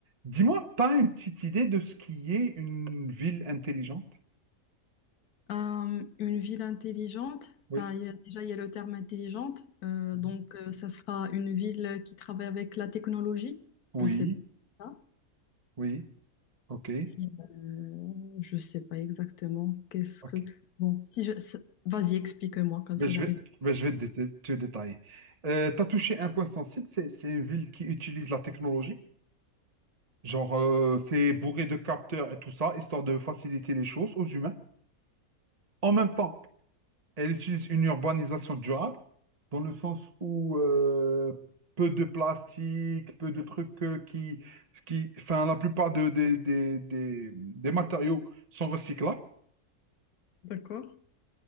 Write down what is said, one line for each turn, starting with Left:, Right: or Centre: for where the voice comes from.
Right: Dis-moi, pas une petite idée de ce qui est une ville intelligente?
Left: Euh, une ville intelligente,
Right: Oui.
Left: enfin, il y a- déjà il y a le terme intelligente, euh,
Right: Mhm.
Left: donc euh, ça sera une ville qui travaille avec la technologie,
Right: Oui,
Left: je sais pas ça,
Right: oui, ok,
Left: et, euh, je sais pas exactement qu'est-ce
Right: ok.
Left: que... Bon, si je... c'est- Vas-y, explique-moi, comme
Right: Ben,
Left: ça
Right: je
Left: j'arrive.
Right: vais, ben, je vais te, dé- te détailler. Euh, tu as touché un point sensible, c'est c'est une ville qui utilise la technologie. Genre, euh, c'est bourré de capteurs et tout ça, histoire de faciliter les choses aux humains. En même temps, elle utilise une urbanisation durable, dans le sens où euh, peu de plastique, peu de trucs euh, qui, qui, enfin, la plupart de- des des- des- des matériaux sont recyclables.
Left: D'accord.